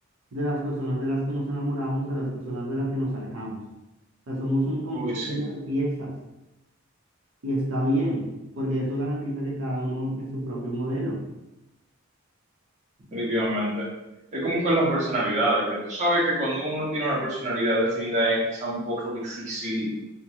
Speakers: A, on the right; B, on the right.
A: de las personas de las que nos enamoramos, de las personas de las que nos alejamos. O sea, somos un compendio
B: Uy, sí.
A: de piezas. Y está bien, porque eso garantiza que cada uno es su propio modelo.
B: Definitivamente. Es como con las personalidades, que tú sabes que cuando uno no tiene una personalidad definida es quizá un poco difícil